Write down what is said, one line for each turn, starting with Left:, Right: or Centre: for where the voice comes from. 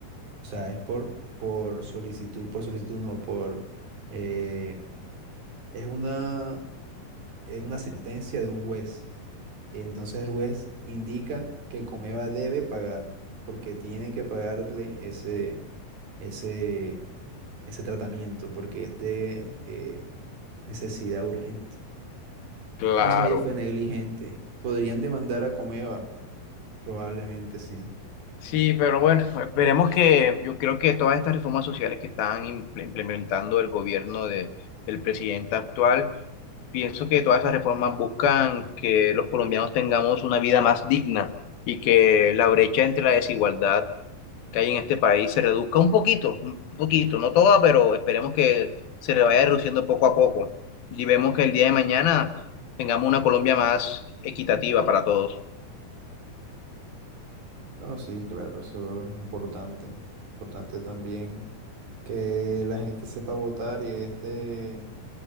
Right: o sea, es por, por solicitud, por solicitud no, por... eh, es una, eh, una sentencia de un juez. Entonces el juez indica que Comeva debe pagar, porque tienen que pagarle ese, ese, ese tratamiento, porque es de eh, necesidad urgente.
Left: Claro.
Right: Entonces ahí fue negligente. ¿Podrían demandar a Comeva? Probablemente sí.
Left: Sí, pero bueno, esperemos que yo creo que todas estas reformas sociales que están imple- implementando el gobierno de- del presidente actual, pienso que todas esas reformas buscan que los colombianos tengamos una vida más digna y que la brecha entre la desigualdad que hay en este país se reduzca un poquito, un poquito, no toda, pero esperemos que se le vaya reduciendo poco a poco y vemos que el día de mañana tengamos una Colombia más equitativa para todos.
Right: No, sí, claro, eso es importante. Importante también que la gente sepa votar y este, en